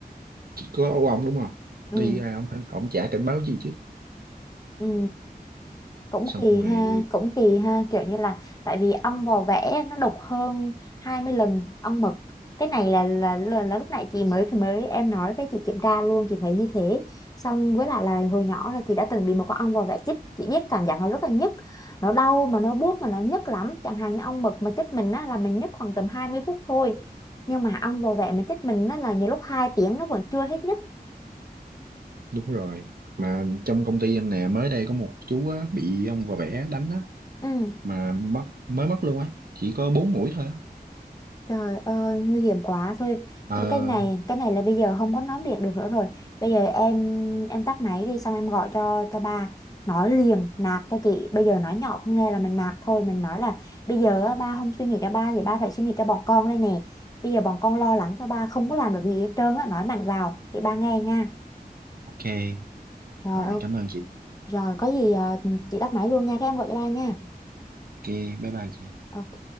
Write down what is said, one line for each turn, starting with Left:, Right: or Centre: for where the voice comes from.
Right: có ô ông đúng không
Left: ừ
Right: đi ra ông ông chả cảnh báo gì chứ
Left: ừ cũng
Right: xong
Left: kỳ
Right: rồi
Left: ha cũng kỳ ha kiểu như là tại vì ong vò vẽ nó độc hơn 20 lần ong mật cái này là là là, là lúc nãy chị mới mới em nói với chị kiểm tra luôn chị thấy như thế xong với lại là hồi nhỏ là chị đã từng bị một con ong vò vẽ chích chị biết cảm giác nó rất là nhức nó đau mà nó buốt mà nó nhức lắm chẳng hạn như ong mật mà chích mình á là mình nhức khoảng tầm 20 phút thôi nhưng mà ong vò vẽ mà chích mình á là nhiều lúc hai tiếng nó vẫn chưa hết nhức
Right: Đúng rồi. Mà trong công ty em nè, mới đây có một chú á, bị ông vò vẽ đánh á,
Left: ừ
Right: mà mất mới mất luôn á, chỉ có 4 mũi thôi á.
Left: Trời ơi, nguy hiểm quá thôi.
Right: Ờ,
Left: Thôi cái này, cái này là bây giờ không có nói miệng được nữa rồi. Bây giờ em em tắt máy đi xong em gọi cho cho ba nói liền nạt cho chị. Bây giờ nói nhỏ không nghe là mình nạt thôi, mình nói là bây giờ á, ba không suy nghĩ cho ba thì ba phải suy nghĩ cho bọn con đây nè. Bây giờ bọn con lo lắng cho ba không có làm được gì hết trơn á, nói mạnh vào để ba nghe nha.
Right: ok.
Left: Rồi
Right: Rồi,
Left: ok.
Right: cảm ơn chị.
Left: Rồi có gì ờ, chị tắt máy luôn nha, các em gọi cho ba nha.
Right: Ok, bye bye chị.
Left: Ok.